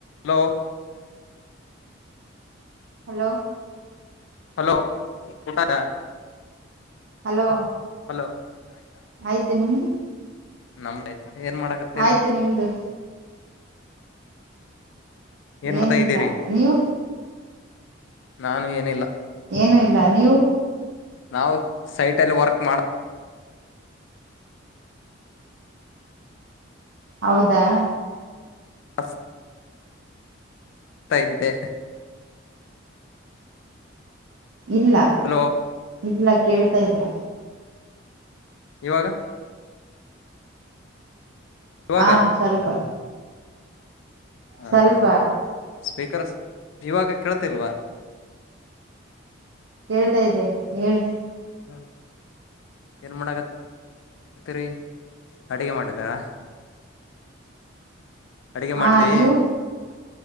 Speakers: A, on the left; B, on the right.
A: Hello
B: hello
A: hello <unintelligible>
B: hello
A: hello
B: ಆಯ್ತು ನಿಮ್ದು
A: ನಮ್ಮ ಏನ್ ಮಾಡಾಕತ್ತೀರಿ.
B: ಆಯ್ತು ನಿಮ್ದು
A: ಏನ್
B: ಏನ
A: ಮಾಡ್ತಾ ಇದ್ದೀರಿ
B: ಇಲ್ಲ ನೀವು
A: ನಾನು ಏನಿಲ್ಲ
B: ಏನು ಇಲ್ಲ ನೀವು
A: ನಾವು ಸೈಟಲ್ಲಿ ವರ್ಕ್ ಮಾಡ
B: ಹೌದಾ.
A: ಹಸ್ ಆಗ್ತ ಇದ್ದೆ.
B: ಇಲ್ಲ
A: ಹಲೋ
B: ಇಲ್ಲ. ಕೇಳ್ತಾ ಇಲ್ಲ.
A: ಇವಾಗ ಇವಾಗ
B: ಹಾ ಸ್ವಲ್ಪ
A: ಹ
B: ಸ್ವಲ್ಪ
A: ಹಾ ಸ್ಪೀಕರ್ ಇವಾಗ ಕೇಳ್ತಿಲ್ವಾ
B: ಕೇಳ್ತಾ ಇದ್ದೆ ಹೇಳಿ.
A: ಹ ಏನ್ ಮಾಡಗರಿ ಅಡಿಗೆ ಮಾಡಿದಾ ಅಡಗೆ
B: ಹಾ
A: ಮಾಡದಿ.
B: ನೀವು